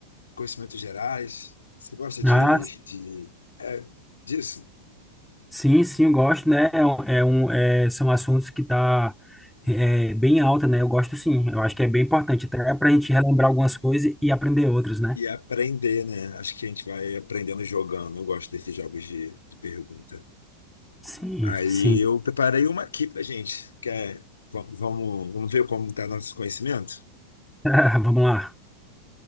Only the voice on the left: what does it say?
conhecimentos gerais? Você gosta de,
de é, disso?
E aprender, né? Acho que a gente vai aprendendo jogando. Eu gosto desses jogos de, de pergunta.
Aí
eu preparei uma aqui pra gente, que é, va- vamos, vamos ver como tá nosso conhecimento?